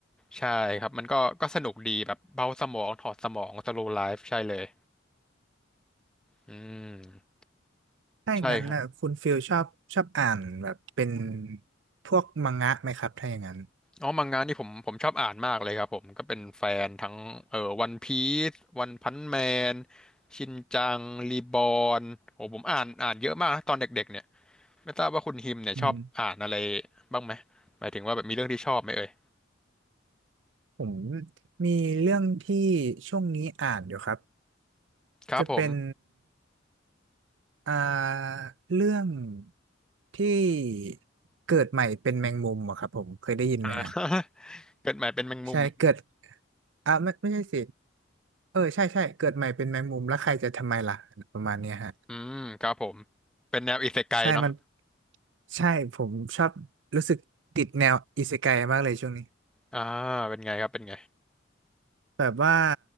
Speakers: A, in the centre; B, on the right.
A: ใช่ครับมันก็ก็สนุกดีแบบเบาสมองถอดสมองสโลว์ไลฟ์ใช่เลยอืม
B: ถ้าอย่างนั้นนะคุณฟิลชอบชอบอ่านแบบเป็น
A: ใช่ครับ
B: พวกมังงะไหมครับถ้าอย่างนั้น
A: อ๋อมังงะนี่ผมผมชอบอ่านมากเลยครับผมก็เป็นแฟนทั้งเอ่อวันพีซวันพันแมนชินจังรีบอนโอ้ผมอ่านอ่านเยอะมากนะตอนเด็กๆเนี่ยไม่ทราบว่าคุณฮิมเนี่ยชอบอ่านอะไร
B: อืม
A: บ้างไหมหมายถึงว่าแบบมีเรื่องที่ชอบไหมเอ่ย
B: ผมมีเรื่องที่ช่วงนี้อ่านอยู่ครับ
A: ครับผม
B: จะเป็นอ่าเรื่องที่เกิดใหม่เป็นแมงมุมอะครับผมเคยได้ยินไหมฮะ
A: <laughs> เกิดใหม่เป็นแมงมุม
B: ใช่เกิด อ่ะไม่ไม่ใช่สิเออใช่ใช่เกิดใหม่เป็นแมงมุมแล้วใครจะทำไมล่ะประมาณเนี้ยฮะ
A: อืมครับผมเป็นแนวอิเซไกเนาะ
B: ใช่มันใช่ผมชอบรู้สึกติดแนวอิเซไกมากเลยช่วงนี้
A: อ่าเป็นไงครับเป็นไง
B: แบบว่า